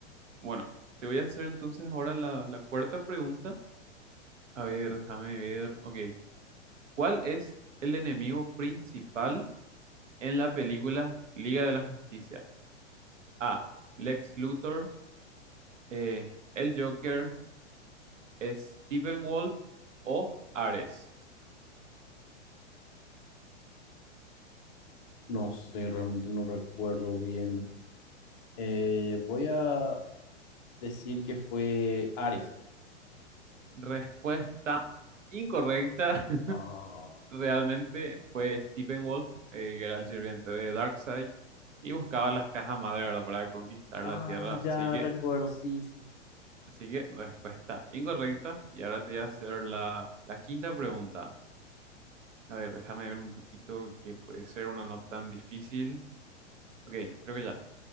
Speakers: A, on the right; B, on the left.
A: Bueno, te voy a hacer entonces ahora la, la cuarta pregunta. A ver, déjame ver. Ok. ¿Cuál es el enemigo principal en la película Liga de la Justicia? A. Lex Luthor, eh, el Joker, Stephen Wolf o Ares.
B: No sé, realmente no recuerdo bien. Eh, voy a decir que fue Ares.
A: Respuesta incorrecta. <laughs>
B: Ah,
A: Realmente fue Stephen Wolf, eh, que era el sirviente de Darkseid y buscaba las cajas madre, ¿verdad? para conquistar
B: ah,
A: la Tierra.
B: ya
A: Así que,
B: recuerdo, sí, sí, sí.
A: así que respuesta incorrecta. Y ahora te voy a hacer la, la quinta pregunta. A ver, déjame ver un poquito que puede ser una no tan difícil. Ok, creo que ya.